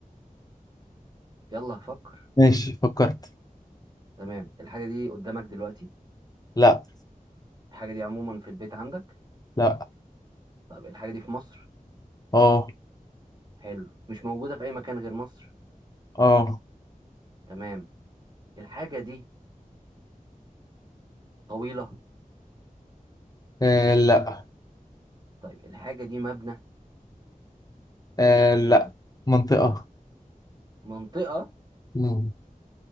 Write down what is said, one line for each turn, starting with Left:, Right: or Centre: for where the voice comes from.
Right: يلا فكر
Left: ماشي فكرت
Right: تمام الحاجة دي قدامك دلوقتي
Left: لا
Right: الحاجة دي عموما في البيت عندك
Left: لا
Right: طب الحاجة دي في مصر
Left: اه
Right: حلو مش موجودة في اي مكان غير مصر
Left: اه
Right: تمام الحاجة دي طويلة
Left: آه، لا
Right: طيب الحاجة دي مبنى
Left: آه لا منطقة
Right: في منطقة
Left: مم.